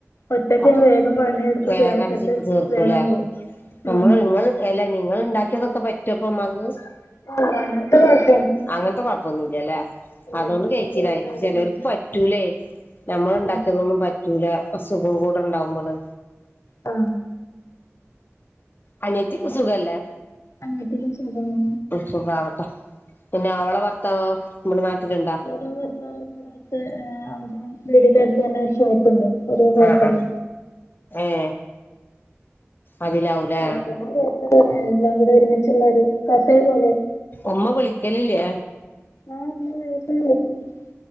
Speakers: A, on the left; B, on the left.
A: ഒറ്റക്ക്
B: അപ്പൊ
A: ഞാൻ വേഗം പണിയെട്ത്ത് എടുത്ത്
B: വേഗം
A: തീർത്തിട്ട്
B: അടിച്ച് തീർക്കൂലേ
A: വേഗം പോവും
B: നമ്മള്
A: ഉം
B: നിങ്ങള് അല്ല നിങ്ങള് ഉണ്ടാക്കിയതൊക്കെ പറ്റുവോ ഉമക്ക്
A: <unintelligible>
B: അങ്ങനത്തെ കൊഴപ്പൊന്നു ഇല്ലല്ലോ
A: ഇല്ലല്ല
B: അത് കൊണ്ട് കഴിച്ചില്ലായി
A: എന്ത് കൊടുത്താലും
B: ചെലർക്ക്
A: കഴിക്കും
B: പറ്റൂലേ ഞമ്മള് ഒണ്ടാക്കിയതൊന്നും
A: ആഹ്
B: പറ്റൂല്ലാ അസുഖം കൂടെ ഇണ്ടാവുമ്പോള്
A: ആ
B: അനിയത്തിക്ക് സുഖല്ലേ
A: അനിയത്തിക്കും സുഖണ്
B: സുഖാവട്ടെ പിന്നെ അവളെ ഭർത്താവെ നമ്മ്ടെ നാട്ടില്ണ്ടാ
A: അവരുടെ ഭർത്താവ് ഇവിടെ അടുത്ത് അവരുടെ <unintelligible> ഹോട്ടല്
B: ആ ആ യെ അതില് അവുല്ലോ
A: ഹോട്ടലും <unintelligible> എല്ലാം കൂടെ ഒര്മിച്ചോള്ളാ ഒരു കഫേ പോലെ
B: ഉമ്മ വിളിക്കലില്ലേ
A: ആ <unintelligible>